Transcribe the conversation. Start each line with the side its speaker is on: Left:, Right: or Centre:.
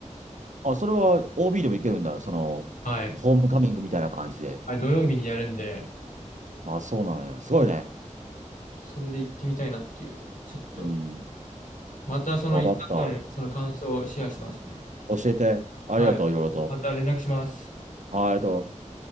Right: あ、それは OB でもいけるんだ。その、
Left: はい。
Right: ホームカミングみたいな感じで。
Left: はい土曜日にやるんで、
Right: あ、そうなんや。すごいね。
Left: ちょ、それで行ってみたいなっていう。ちょっと。
Right: うん。
Left: またその行った後のその感想をシェアしますね。
Right: わかった。あ教えて。ありがとう、
Left: はい。
Right: いろいろと。
Left: また連絡します。
Right: はい、ありがとう。